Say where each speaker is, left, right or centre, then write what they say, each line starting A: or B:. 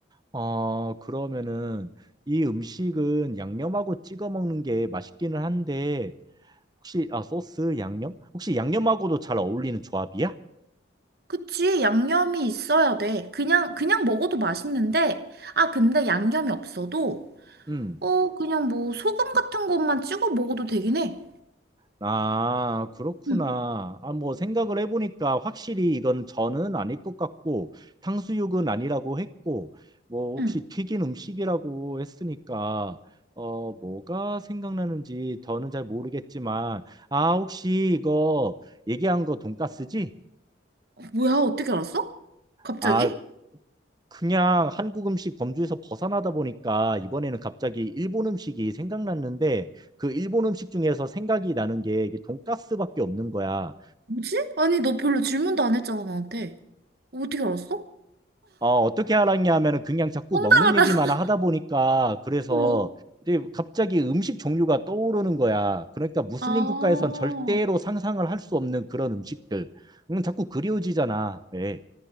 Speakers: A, on the right; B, on the right.
A: 어 그러면은 이 음식은 양념하고 찍어 먹는 게 맛있기는 한데 혹시 아 소스 양념? 혹시 양념하고도 잘 어울리는 조합이야?
B: 그치. 양념이 있어야 돼. 그냥, 그냥 먹어도 맛있는데, 아, 근데 양념이 없어도
A: 음.
B: 어, 그냥 뭐 소금 같은 것만 찍어 먹어도 되긴 해.
A: 아, 그렇구나.
B: 응,
A: 아, 뭐 생각을 해보니까 확실히 이건 저는 아닐 것 같고 탕수육은 아니라고 했고 뭐 혹시
B: 응.
A: 튀긴 음식이라고 했으니까 어 뭐가 생각나는지 저는 잘 모르겠지만 아 혹시 이거 얘기한 거 돈까스지?
B: 뭐야, 어떻게 알았어? 갑자기?
A: 아 그냥 한국 음식 범주에서 벗어나다 보니까 이번에는 갑자기 일본 음식이 생각났는데 그 일본 음식 중에서 생각이 나는 게 이게 돈까스밖에 없는 거야.
B: 뭐지? 아니, 너 별로 질문도 안 했잖아, 나한테. 어떻게 알았어?
A: 어, 어떻게 알았냐 하면은 그냥 자꾸
B: 황당하다.
A: 먹는 얘기만 하다
B: <laughs>
A: 보니까 그래서
B: 어.
A: 이제 갑자기 음식 종류가 떠오르는 거야. 그러니까 무슬림
B: 아,
A: 국가에선 절대로 상상을 할 수 없는 그런 음식들. 음, 자꾸 그리워지잖아. 예.